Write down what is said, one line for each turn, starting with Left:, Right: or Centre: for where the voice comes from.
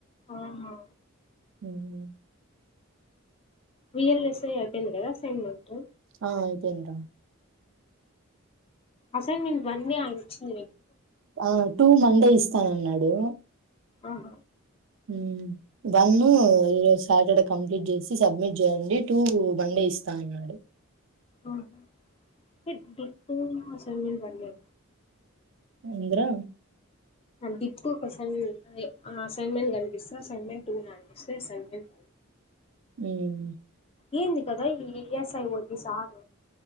Left: ఆహా
Right: హ్మ్మ్
Left: వీ ఎల్ ఎస్ ఐ ఐపోయింది గాదా అసైన్మెంట్
Right: ఆ ఐపోయింది రా
Left: అసైన్మెంట్ వన్ ఏ ఆయన ఇచ్చింది
Right: ఆ టూ మండేస్ స్తానున్నాడు
Left: అహ
Right: ఉం వన్ ఈరోజు సాటర్డే కంప్లీట్ చేసి సబ్మిట్ చేయండి టూ మండే ఇస్తా అన్నాడు
Left: అహ మిడ్ టూ <unintelligible>
Right: అంద్రా
Left: డిప్ క్యూషన్ అది అసైన్మెంట్ కనిపిస్త అసైన్మెంట్ టూ <unintelligible> అసైన్మెంట్
Right: ఉహు
Left: ఏంది కదా ఈ ఈఎస్ఐ ఓటీసవ్